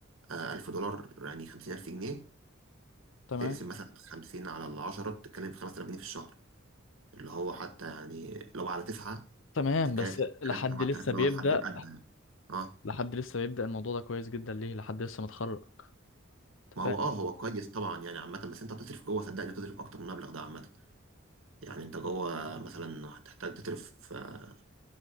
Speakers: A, on the right; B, on the left.
A: آه 1000 دولار يعني 50000 جنيه
B: تمام
A: اقسم مثلا 50 على العشرة بتتكلم في 5000 جنيه في الشهر اللي هو حتى يعني لو على تسعة
B: تمام
A: تتكلم
B: بس
A: في
B: لحد
A: 3000 7000
B: لسه
A: اللي
B: بيبدأ
A: هو الحد الأدنى اه
B: لحد لسه بيبدأ الموضوع ده كويس جدا ليه لحد لسه متخرج أنت
A: ما
B: فاهم
A: هو اه هو كويس طبعا يعني عامة بس انت هتصرف جوه صدقني هتصرف أكتر من المبلغ ده عامة يعني انت جوه مثلا هتحتاج تصرف آه،